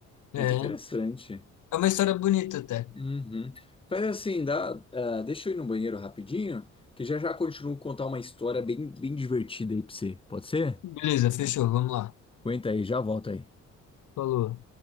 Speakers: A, on the left (about 80°); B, on the left (about 15°).
A: É,
B: Muito interessante.
A: é uma história bonita até.
B: Uhum. Faz assim, dá, ah, deixa eu ir no banheiro rapidinho, que já já continuo a contar uma história bem, bem divertida aí pra você. Pode ser?
A: Beleza, fechou, vamos lá.
B: Aguenta aí, já volto aí.
A: Falou.